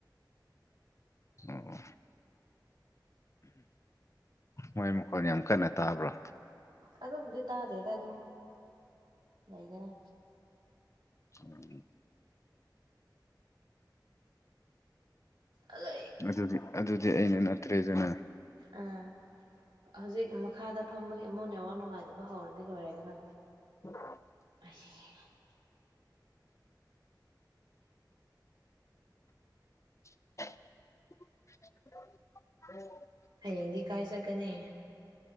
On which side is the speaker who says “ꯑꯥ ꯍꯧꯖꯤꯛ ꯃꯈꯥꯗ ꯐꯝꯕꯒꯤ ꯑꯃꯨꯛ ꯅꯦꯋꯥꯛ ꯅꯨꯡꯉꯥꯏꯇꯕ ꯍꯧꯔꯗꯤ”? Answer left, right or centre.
Right